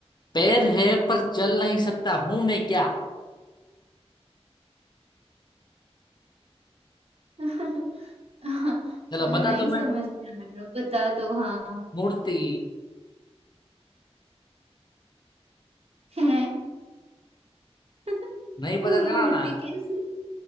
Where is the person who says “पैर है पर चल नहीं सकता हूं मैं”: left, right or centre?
Left